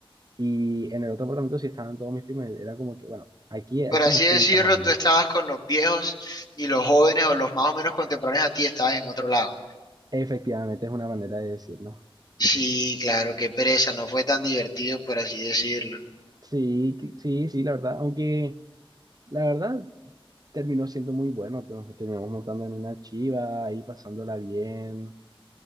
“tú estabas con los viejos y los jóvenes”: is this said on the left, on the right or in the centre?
Left